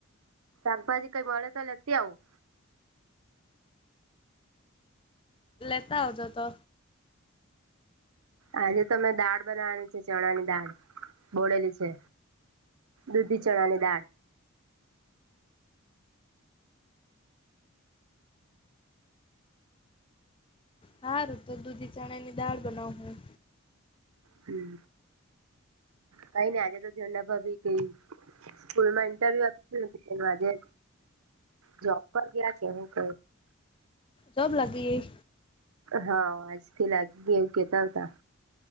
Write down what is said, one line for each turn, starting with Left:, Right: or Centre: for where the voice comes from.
Right: સાકભાજી કઈ મળે તો લેતી આવું
Left: લેતા આવજો તો
Right: આજે તો મે દાળ બનાવાની છે ચણા ની દાળ બોળેલી છે દૂધી ચણાની દાળ
Left: હારું તો દૂધી ચણે ની દાળ બનાવ હ
Right: હમ કઈ નઈ આજે તો ઝંડા ભાભી કેઈ સ્કૂલમાં ઇન્ટરવ્યુ હતું આજે જોબ પર ગયા કે હું ક
Left: જોબ લાગી ગઈ
Right: હા આજથી લાગી ગઈ એવું કેતા હતા